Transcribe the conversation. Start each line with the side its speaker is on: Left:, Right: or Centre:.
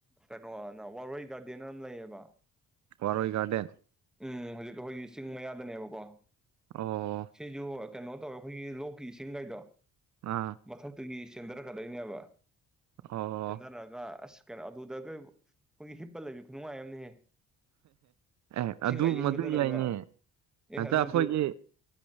Centre: ꯀꯩꯅꯣꯅ ꯋꯥꯔꯣꯏ ꯒꯥꯔꯗꯦꯟ ꯑꯃ ꯂꯩꯌꯦꯕ
Right: ꯋꯥꯔꯣꯏ ꯒꯥꯔꯗꯦꯟ
Centre: ꯎꯝ ꯍꯧꯖꯤꯛ ꯑꯩꯈꯣꯏꯒꯤ ꯆꯤꯡ ꯃꯌꯥꯗꯅꯦꯕꯀꯣ
Right: ꯑꯣ
Centre: ꯁꯤꯖꯨ ꯀꯩꯅꯣ ꯇꯧꯋꯦ ꯑꯩꯈꯣꯏꯒꯤ ꯂꯣꯛꯀꯤ ꯏꯁꯤꯡꯒꯩꯗꯣ
Right: ꯑꯥ
Centre: ꯃꯊꯛꯇꯒꯤ ꯆꯦꯟꯗꯔꯛꯗꯣꯏꯅꯦꯕ
Right: ꯑꯣ
Centre: ꯆꯦꯟꯗꯔꯛꯒꯥ ꯀꯩꯅꯣ ꯑꯗꯨꯗꯒ ꯑꯩꯈꯣꯏꯒꯤ ꯍꯤꯞꯄ ꯂꯩꯕꯤ ꯈꯨꯅꯨꯡꯉꯥꯏ ꯑꯃꯅꯤꯍꯦ
Right: ꯑꯦ ꯑꯗꯨ
Centre: ꯑꯏꯪꯕꯗꯨꯅꯒ
Right: ꯃꯗꯨ ꯌꯥꯏꯅꯦ ꯍꯟꯇ
Centre: ꯑꯦ ꯑꯗꯨꯖꯨ
Right: ꯑꯩꯈꯣꯏꯒꯤ